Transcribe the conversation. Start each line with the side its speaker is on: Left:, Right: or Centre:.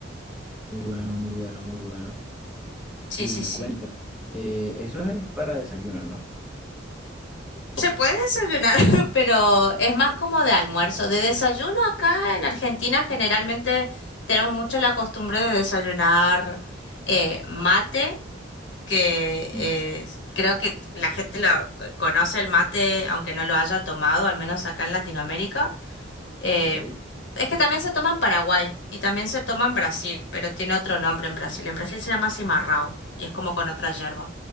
Centre: Muy bueno, muy bueno, muy bueno.
Left: Sí,
Centre: Y
Left: sí, sí.
Centre: cuéntame, eh, eso es para desayuno, ¿no?
Left: Se puede desayunar, <laughs> pero es más como de almuerzo. De desayuno acá en Argentina generalmente tenemos mucho la costumbre de desayunar eh, mate, que eh,
Centre: Mm,
Left: creo que la gente la conoce el mate, aunque no lo haya tomado, al menos acá en Latinoamérica. Eh,
Centre: Ok,
Left: es que también se toma en Paraguay y también se toma en Brasil, pero tiene otro nombre en Brasil. En Brasil se llama cimarrao y es como con otra hierba.